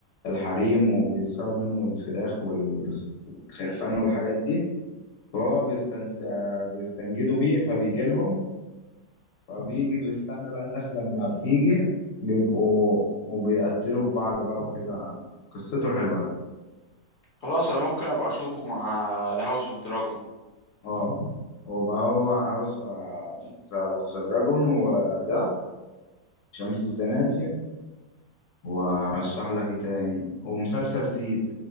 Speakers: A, on the left; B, on the left.
A: الحريم وبيسرقوا منه الفراخ والخرفان والحاجات دي فهو بيستنت... بيستنجدوا بيه فبيجي لهم فبيجي بيستنى بقى الناس لما بتيجي بيبقوا وبيقتلوا في بعض بقى وكده قصته حلوة يعني
B: خلاص انا ممكن ابقى اشوفه مع الهاوس اوف دراجون
A: اه هو بقى هو هاوس اوف ذا دراجون وده شمس الزناتي وارشح لك ايه تاني ومسلسل سي ت-